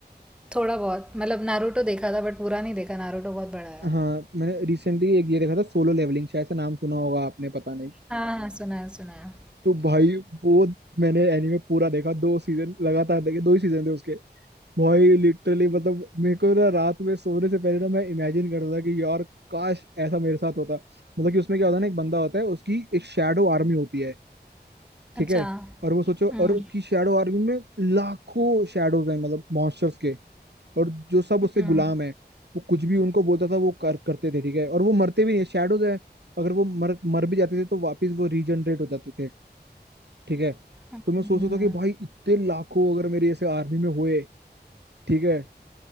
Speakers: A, in the centre; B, on the right.
A: थोड़ा बहुत मतलब नारुतो देखा था बट पूरा नहीं देखा नारुतो बहुत बड़ा है
B: हाँ मैंने रिसेंटली एक ये देखा था सोलो लेवलिंग शायद से नाम सुना होगा आपने पता नहीं
A: हाँ हाँ सुना है सुना है
B: तो भाई वो मैंने एनीमे पूरा देखा दो सीजन लगातार देखे दो ही सीजन थे उसके भाई लिटरली मतलब मेरे को ना रात में सोने से पहले ना मैं इमेजिन करता था कि यार काश ऐसा मेरे साथ होता मतलब कि उसमें क्या होता है ना एक बंदा होता है उसकी एक शैडो आर्मी होती है ठीक
A: अच्छा
B: है और वो सोचो
A: हम्म
B: और उसकी शैडो आर्मी में लाखों शैडोज हैं मतलब मॉन्स्टर्स के और जो सब
A: हम्म
B: उसके गुलाम है वो कुछ भी उनको बोलता था वो कर करते थे ठीक है और वो मरते भी नहीं शैडोज है अगर वो मर मर भी जाते थे तो वापस वो रीजनरेट हो जाते थे ठीक है
A: हम्म,
B: तो मैं सोचता था कि भाई इतने लाखों अगर मेरे ऐसे आर्मी में हुए ठीक है